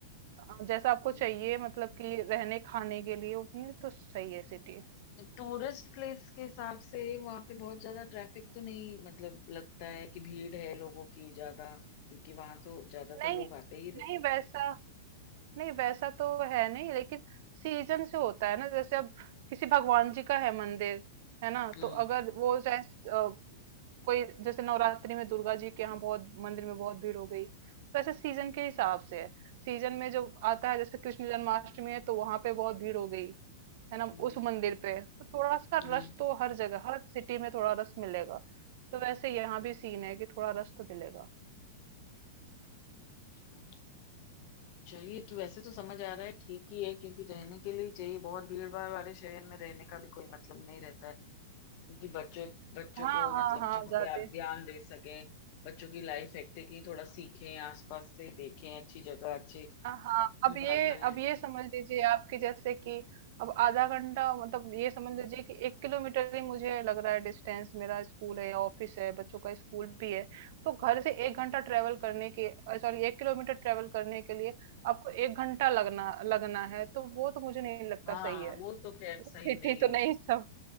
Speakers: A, on the right; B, on the left.
A: अ, जैसा आपको
B: हम्म,
A: चाहिए मतलब कि रहने खाने के लिए उतनी तो सही है सिटी
B: टूरिस्ट प्लेस के हिसाब से वहां पे बहुत ज्यादा ट्रैफिक तो नहीं मतलब लगता है कि भीड़ है लोगों की ज्यादा क्योंकि वहां तो ज्यादातर
A: नहीं
B: लोग आते ही
A: नहीं
B: रहते हैं
A: वैसा नहीं वैसा तो है नहीं लेकिन सीजन से होता है ना जैसे अब किसी भगवान जी का है मंदिर है ना
B: हम्म
A: तो अगर वो चाहे अ, कोई जैसे नवरात्रि में दुर्गा जी के यहाँ
B: हम्म
A: बहुत मंदिर में बहुत भीड़ हो गई तो ऐसे सीजन के हिसाब से है सीजन में जो आता है जैसे कृष्ण जन्माष्टमी है तो वहां पे बहुत भीड़ हो गई है ना
B: हम्म
A: उस मंदिर पे तो थोड़ा सा
B: हम्म
A: रश तो हर जगह हर सिटी में थोड़ा रश मिलेगा तो वैसे यहाँ भी सीन है कि थोड़ा रश तो मिलेगा
B: अच्छा चलिए तो वैसे तो समझ आ रहा है ठीक ही है क्योंकि रहने के लिए ही चाहिए बहुत भीड़ भाड़ वाले शहर में रहने का भी कोई मतलब नहीं रहता है क्योंकि बच्चों बच्चों
A: हाँ
B: को
A: हाँ
B: मतलब
A: हाँ
B: जहाँ
A: जाते
B: पे आप ध्यान दे सकें बच्चों की लाइफ एक्टिविटी थोड़ा सीखें आसपास से देखें अच्छी जगह अच्छी
A: हाँ हाँ, अब ये
B: भावनाएं
A: अब ये समझ लीजिए आपकी जैसे कि अब आधा घंटा मतलब ये समझ लीजिए कि एक किलोमीटर ही मुझे लग रहा है डिस्टेंस मेरा स्कूल है या ऑफिस है बच्चों का स्कूल भी है तो घर से एक घंटा ट्रेवल करने के सॉरी एक किलोमीटर ट्रेवल करने के लिए आपको एक घंटा लगना लगना है तो वो तो मुझे नहीं लगता
B: हाँ
A: सही है
B: वो तो खैर
A: वो
B: सही
A: सिटी
B: नहीं
A: तो नहीं
B: है
A: सब